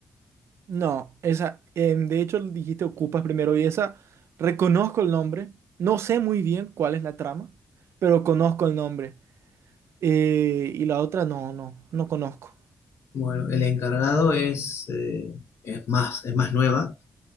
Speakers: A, on the right; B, on the left.
A: No, esa, em, de hecho dijiste Ocupas primero y esa, reconozco el nombre. No sé muy bien cuál es la trama, pero conozco el nombre. Eh, y la otra no, no, no conozco.
B: Bueno, El encargado es, eh, es más, es más nueva.